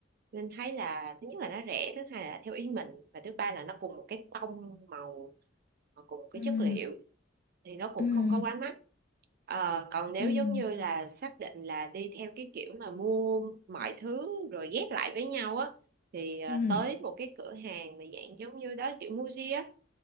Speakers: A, on the right; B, on the left.
A: Linh thấy là thứ nhất là nó rẻ thứ hai là theo ý mình và thứ ba là nó cùng một cái tông màu cùng một cái
B: Ừm,
A: chất liệu thì nó cũng
B: ừm,
A: không có quá mắc Ờ, còn nếu
B: ừm,
A: giống như là xác định là đi theo cái kiểu mà mua mọi thứ rồi ghép lại với nhau á thì ờ,
B: ừm,
A: tới một cái cửa hàng mà dạng giống như đó kiểu Muji á